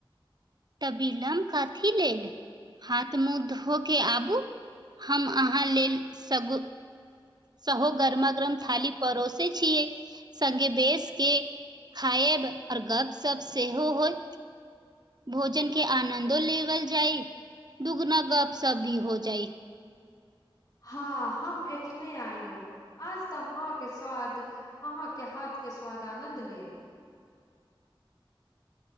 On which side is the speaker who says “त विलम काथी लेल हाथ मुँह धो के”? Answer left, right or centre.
Right